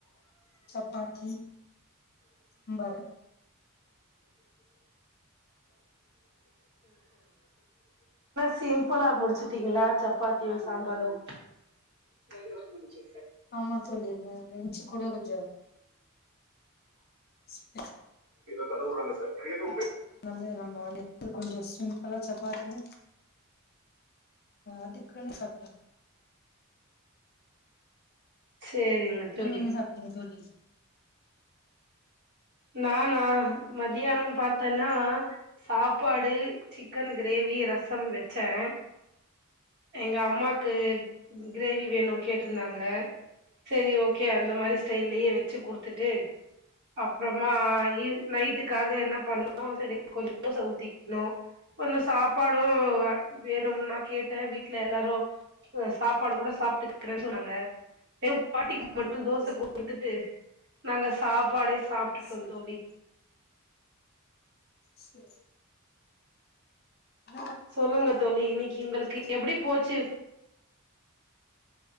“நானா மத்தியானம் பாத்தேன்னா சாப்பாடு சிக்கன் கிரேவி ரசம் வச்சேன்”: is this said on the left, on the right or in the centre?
Right